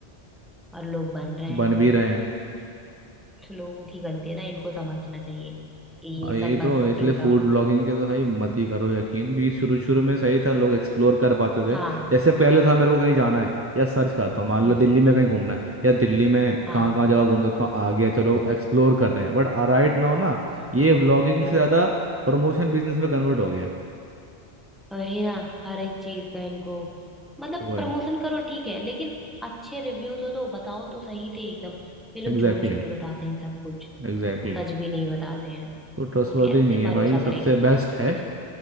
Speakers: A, in the centre; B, on the right (about 15°).
A: और लोग बन रहे हैं
B: बन भी रहे हैं
A: तो लोगों की गलती है ना इनको समझना चाहिए कि
B: और
A: ये
B: ये
A: सब
B: तो
A: बस
B: इसलिए
A: इनका
B: फूड ब्लॉगिंग के तो भाई मत ही करो यकीन क्योंकि शुरू शुरू में सही था लोग एक्सप्लोर कर पाते थे
A: हाँ
B: जैसे पहले था मेरे को कहीं जाना है या सर्च करता हूँ मान लो
A: हम्म
B: दिल्ली में कहीं घूमना है या दिल्ली में
A: हाँ
B: कहाँ कहाँ जगह घूम सकता हूँ आ गया चलो एक्सप्लोर कर रहे हैं बट राइट नाउ ना
A: हम्म
B: ये ब्लॉगिंग
A: हम्म
B: से ज़्यादा प्रमोशन बिजनेस में कन्वर्ट हो गया है
A: वही ना हर एक चीज का इनको मतलब
B: वो
A: प्रमोशन करो ठीक है लेकिन अच्छे रिव्यू तो दो बताओ तो सही से एकदम ये लोग
B: एग्जैक्टली
A: झूठ झूठ बताते हैं सब कुछ
B: एग्जैक्टली
A: सच भी नहीं बताते हैं
B: तो ट्रस्टवर्दी
A: तो कैसे
B: नहीं है
A: भरोसा
B: भाई सबसे
A: करेगा
B: बेस्ट है
A: बिल